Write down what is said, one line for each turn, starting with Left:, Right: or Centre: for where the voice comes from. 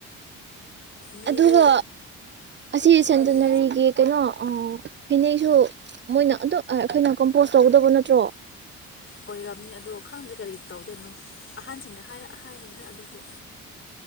Left: ꯃꯤꯗꯤ
Right: ꯑꯗꯨꯒ ꯑꯁꯤ ꯁꯦꯟꯇꯤꯅꯔꯤꯒꯤ
Left: ꯀꯔꯤ
Right: ꯀꯩꯅꯣ ꯐꯤꯅꯦꯛꯁꯨ ꯃꯣꯏꯅ ꯑꯗꯨ ꯑꯩꯈꯣꯏꯅ ꯀꯝꯄꯣꯁ ꯇꯧꯒꯗꯕ ꯅꯠꯇ꯭ꯔꯣ
Left: ꯑꯣꯏꯔꯝꯅꯤ ꯑꯗꯣ ꯈꯪꯗꯦ ꯀꯔꯤ ꯇꯧꯗꯣꯏꯅꯣ ꯑꯍꯟꯁꯤꯡꯅꯦ ꯍꯥꯏꯔꯛꯑ ꯍꯥꯏꯅꯤꯅ ꯑꯗꯨꯗꯤ